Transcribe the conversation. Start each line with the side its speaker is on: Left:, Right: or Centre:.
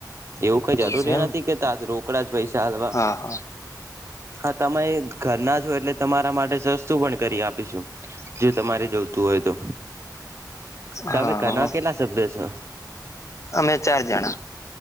Right: એવું કઈ જરૂરી
Left: છે એમ
Right: નથી કે ત રો <inaudible> પૈસાાલવા.
Left: હા હા
Right: હા તમે ઘરના છો એટલે તમારા માટે સસ્તું પણ કરી આપીશું જે તમારે જોવું. તો હોય તો.
Left: હા
Right: તમે ઘરના કેટલા સભ્ય છો
Left: અમે ચાર જણા